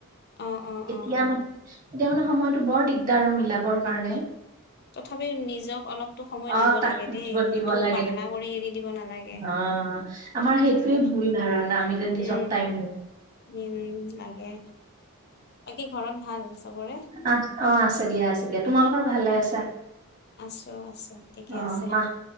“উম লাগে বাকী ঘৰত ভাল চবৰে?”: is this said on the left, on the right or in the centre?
Left